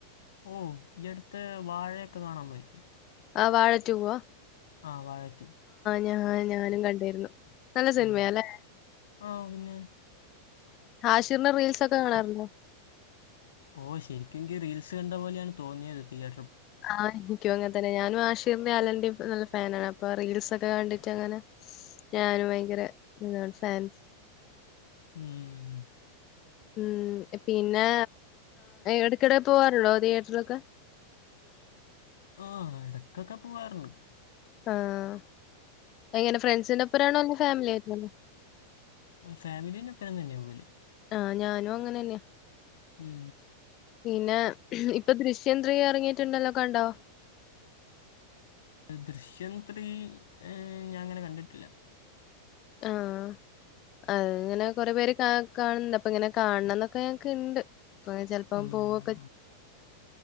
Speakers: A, on the left (about 60°); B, on the left (about 35°).
A: ഓ അടുത്ത് വാഴയൊക്കെ കാണാൻ പോയി
B: ആ വാഴറ്റു വാ
A: ആഹ വഴറ്റു
B: ഞാ ഞാനും കണ്ടിരുന്നു നല്ല സിനിമയല്ലേ
A: ഉം ആഹ് പിന്നെ
B: ഹാഷിറിന്റെ റീൽസ് ഒക്കെ കാണാറുണ്ടോ
A: ഓ ശരിക്കുംങ്കി റീൽസ് കണ്ട പോലെയാണ് തോന്നിയത് തതിയ
B: ആഹ ക്കും അങ്ങനെ തന്നെ ഞാനും ആഷീറിന്റെ ആലന്റെറെയും നല്ല ഫാനണ് അപ്പൊ റീൽസ് ഒക്കെ കണ്ടിട്ട് അങ്ങനെ ഞാനും ഭയങ്കര ഇതാണ് ഫാൻ
A: ഉം
B: ഉം പിന്നെ എടക്കിടെ പോവാറുണ്ടോ തിയേറ്ററിലൊക്കെ
A: ആഹ എടക്കൊക്കെ പോവാറുണ്ട്
B: ആഹ എങ്ങനെ ഫ്രണ്ട്സിന്റെപ്പരണോ അല്ല ഫാമിലി ആയിട്ട
A: ഫാമിലീന്റെപ്പരം തന്നെയ പോലെ
B: ആഹ ഞാനും അങ്ങനെന്നയാ
A: ഉം
B: പിന്നെ ഇപ്പൊ ദശ്യം ത്രീ ഇറങ്ങിട്ടുണ്ടല്ലോ കണ്ടോ
A: അ ദൃശ്യം ത്രീ ഞാൻ അങ്ങനെ കണ്ടിട്ടില്ല
B: ആഹ അ ഇങ്ങനെ കൊറെ പേര് കാ കാണുന്നുണ്ട് അപ്പൊ ഇങ്ങനെ കാണണംന്നൊക്കെ ഞനക്ക് ഇണ്ട് പ്പൊ ചെലപ്പോം
A: ഉം
B: പോവൊക്കെ